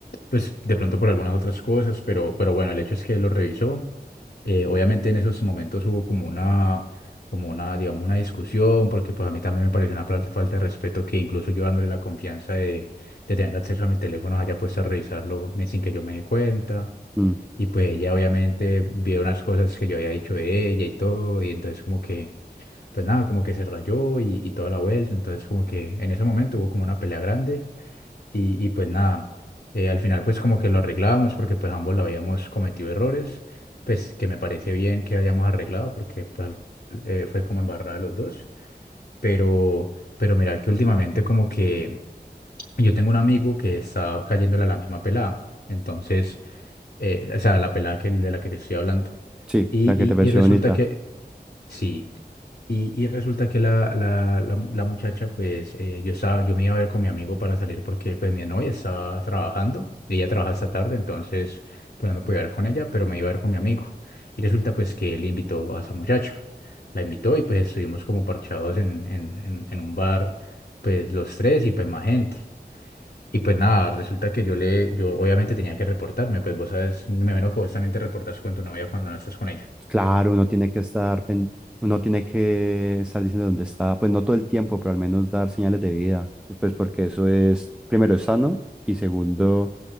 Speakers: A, on the left; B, in the centre.
A: pues de pronto por algunas otras cosas, pero, pero bueno, el hecho es que lo revisó. Eh, obviamente en esos momentos hubo como una, como una, digamos, una discusión, porque pues a mí también me pareció una fal- falta de respeto que incluso yo dándole la confianza de, de tener acceso a mi teléfono haya puesto a revisarlo me- sin que yo me dé cuenta.
B: Mm,
A: Y pues ella obviamente vio unas cosas que yo había dicho de ella y todo, y entonces como que, pues nada, como que se rayó y, y toda la vuelta. Entonces como que en ese momento hubo como una pelea grande. Y, y pues nada, eh, al final pues como que lo arreglábamos porque pues ambos la habíamos cometido errores, pues que me parece bien que hayamos arreglado porque pues, eh, fue como embarrada de los dos, pero, pero mira que últimamente como que yo tengo un amigo que está cayéndole a la misma pelada, entonces, eh, o sea, la pelada que, de la que te estoy hablando,
B: Sí,
A: y,
B: la que te pareció
A: y, y resulta
B: bonita.
A: que sí. Y, y resulta que la, la, la mu- la muchacha, pues eh, yo estaba, yo me iba a ver con mi amigo para salir porque pues mi novia estaba trabajando y ella trabaja esta tarde, entonces pues no me podía ver con ella, pero me iba a ver con mi amigo. Y resulta pues que él invitó a esa muchacha, la invitó y pues estuvimos como parchados en, en, en, en un bar, pues los tres y pues más gente. Y pues nada, resulta que yo le, yo obviamente tenía que reportarme, pues vos sabes, me imagino que vos también te reportas con tu novia cuando no estás con ella.
B: Claro, uno tiene que estar, pen- uno tiene que estar diciendo dónde está, pues no todo el tiempo, pero al menos dar señales de vida, pues porque eso es, primero, es sano y segundo,